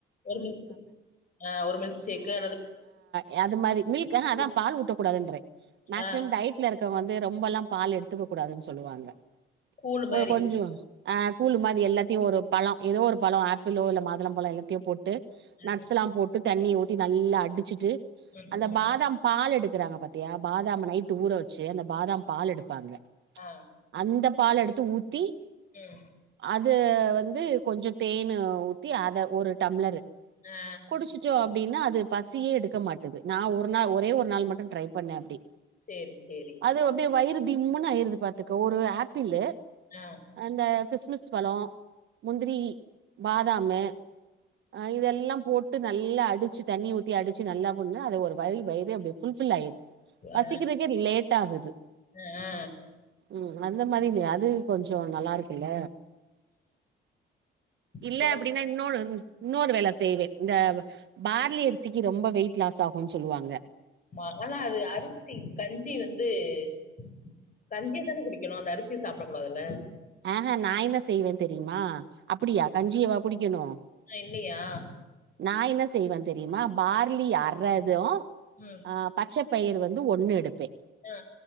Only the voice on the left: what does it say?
ஒரு ம ஆ ஒரு மில்க் ஷேக்கு அல்லது
கூ
ஆ
கூழு மாரி
ஆ
ம்
ம்
ஆ
ம்
ஆ
சேரி சேரி
ஆ
ஆ
ஆ ஆ
இப்ப
மா ஆனா அது அரிசி கஞ்சி வந்து து கஞ்சிய தான குடிக்கணு அந்த அரிசிய சாப்டக் கூடாதுல்ல
ஆ இல்லியா
ம்
ஆ